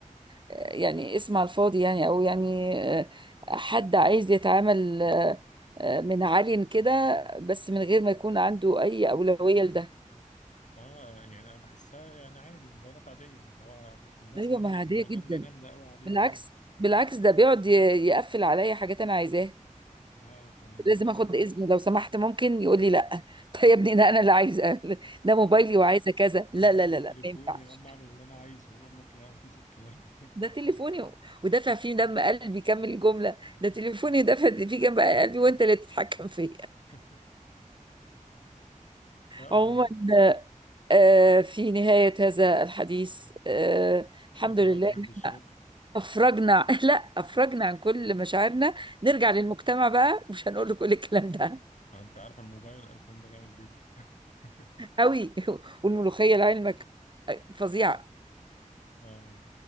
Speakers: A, on the right; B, on the left.
A: يعني اسم على الفاضي يعني او يعني آه، حد عايز يتعامل آه، من عالي كده بس من غير ما يكون عنده اي اولويه لده
B: اه يعني انا بحسها يعني عادي موبايلات عادية اللي هو الناس
A: ايوه
B: عاملة
A: ما هي عاديه
B: بروباجندا
A: جدا
B: جامدة قوي عليها
A: بالعكس
B: و...
A: بالعكس ده بيقعد ي- يقفل عليا حاجات انا عايزاها
B: اه فاللي
A: لازم
B: هو ليه
A: اخد اذن لو سمحت ممكن يقول لي لا <laughs> طيب يا ابني ده انا اللي عايزه ده موبايلي
B: لا،
A: وعايزه كذا لا
B: يا
A: لا
B: عم ده
A: لا
B: تليفوني
A: لا ما ينفعش
B: يا عم اعمل اللي انا عايزه يقول لك لا مفيش الكلام ده.
A: ده تليفوني و- ودافع فيه دم قلبي كمل الجملة ده تليفوني ودافع <laughs> فيه جنب قلبي وانت اللي بتتحكم فيا
B: <laughs> لا، أقوم
A: عموما آه في نهاية هذا الحديث آه الحمد
B: متوجه
A: لله
B: بالشكر
A: إن أفرجنا <laughs> لا أفرجنا عن كل مشاعرنا نرجع للمجتمع بقى مش هنقول له كل الكلام ده
B: انت عارف الموبايل الايفون ده جامد جدا <laughs>
A: قوي <laughs> والملوخية لعلمك آه، فظيعة
B: اه